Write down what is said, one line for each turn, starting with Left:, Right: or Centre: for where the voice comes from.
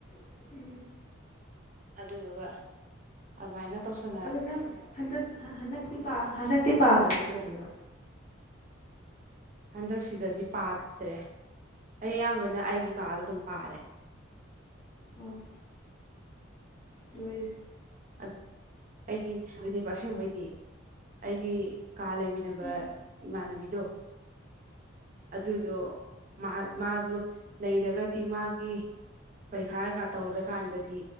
Left: ꯎꯝ
Right: ꯑꯗꯨꯗꯨꯒ ꯑꯗꯨꯃꯥꯏꯅ ꯇꯧꯁꯜ
Left: ꯑꯣ ꯅꯪ ꯍꯟꯗꯛ ꯍꯟꯗꯛꯇꯤ ꯍꯟꯗꯛꯇꯤ ꯄꯥꯗ꯭ꯔꯕꯗꯣ ꯑꯗꯨꯒ
Right: ꯍꯟꯗꯛꯁꯤꯗꯗꯤ ꯄꯥꯗ꯭ꯔꯦ ꯑꯩ ꯑꯌꯥꯝꯕꯅ ꯑꯩꯒꯤ ꯀꯥꯗ ꯑꯗꯨꯝ ꯄꯥꯔꯦ
Left: ꯎꯝ ꯂꯣꯏ
Right: ꯑꯗꯨ ꯑꯩꯒꯤ ꯑꯗꯨꯅꯦꯕ ꯑꯁꯦꯡꯕꯩꯗꯤ ꯑꯩꯒꯤ ꯀꯥ ꯂꯩꯃꯤꯟꯅꯕ
Left: ꯎꯝ
Right: ꯏꯃꯥꯟꯅꯕꯤꯗꯣ ꯑꯗꯨꯗꯣ ꯃꯥ ꯃꯥꯖꯨ ꯂꯩꯔꯒꯗꯤ ꯃꯥꯒꯤ ꯄꯔꯤꯈꯥ ꯀꯩꯀꯥ ꯇꯧꯔꯀꯥꯟꯗꯗꯤ